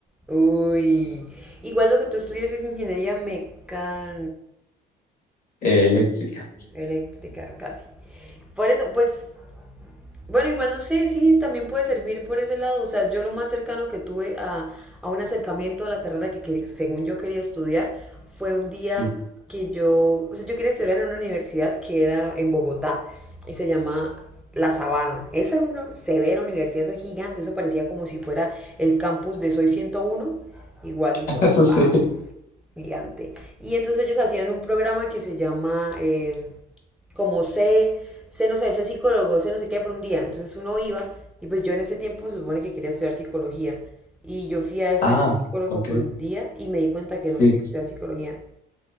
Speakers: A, in the centre; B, on the left (about 50°).
A: Uy, igual lo que tú estudias es ingeniería mecánica.
B: Eh, eléctrica.
A: eléctrica, casi. Por eso, pues, bueno, igual no sé, sí, también puede servir por ese lado. O sea, yo lo más cercano que tuve a, a un acercamiento a la carrera que, quer- según yo quería estudiar fue un día
B: Sí.
A: que yo, o sea, yo quería estudiar en una universidad que era en Bogotá y se llama La Sabana. Esa es una severa universidad, eso es gigante, eso parecía como si fuera el campus de Soy 101 igualito,
B: <laughs> Eso sí.
A: bah, gigante. Y entonces ellos hacían un programa que se llama... eh, como sé, sé, no sé, sé psicólogo, sé no sé qué por un día. Entonces uno iba y pues yo en ese tiempo se supone que quería estudiar psicología y yo fui a eso
B: Ah,
A: de ser psicólogo
B: ok.
A: por un día y me di cuenta que
B: Sí.
A: no quería estudiar psicología.